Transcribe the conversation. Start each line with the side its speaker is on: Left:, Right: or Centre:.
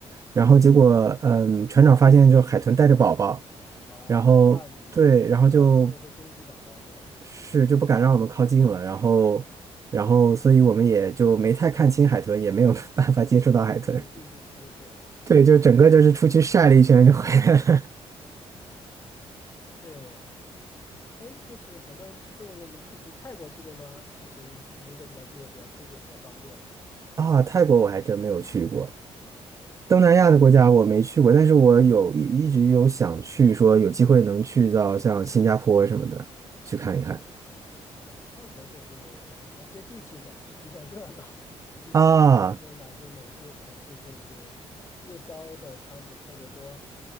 Right: 然后结果，嗯，船长发现就海豚带着宝宝，
Left: 哦，
Right: 然后对，
Left: 他怕你会怕人类会攻击宝宝，
Right: 然后就
Left: 对吧？
Right: 是就不敢让我们靠近了，然后然后所以我们也就没太看清海豚，也没有 <laughs> 办法接触到海豚。
Left: 没有近距离接触了，
Right: 对，就整个就是出去晒了一圈就回来了。
Left: 对。哎，就是很多人中国人，我们出去泰国去过吗？其实离得比较近，也比较出去也比较方便
Right: <laughs> 啊，泰国我还真没有去过，
Left: 啊。
Right: 东南亚的国家我没去过，
Left: 那就
Right: 但是我有一一直有想去，说有机会能去到像新加坡什么的去看一看。
Left: 嗯，啊，泰国就是蛮接地气的，比较热闹。<laughs> 就像中国的哪些某些城市，
Right: 啊，
Left: 就是夜宵的摊子特别多。